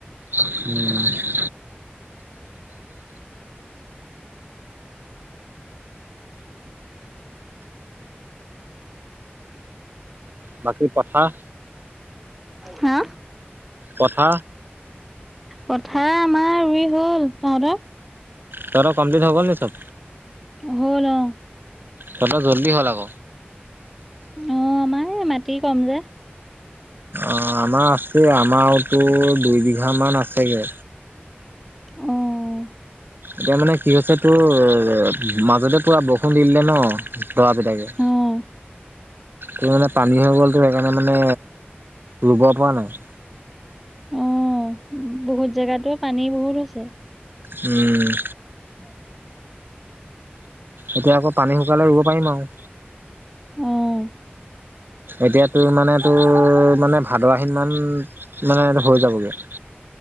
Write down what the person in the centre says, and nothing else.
হাঁ?
পথা আমাৰ ৰুই হ'ল। তহঁতৰ?
হ'ল, অঁ'।
অঁ, আমাৰ এই মাটি কম যে।
অঁ'
অ',
অঁ, বহুত জেগাতো, পানী বহুত আছে।
<unintelligible>
অঁ'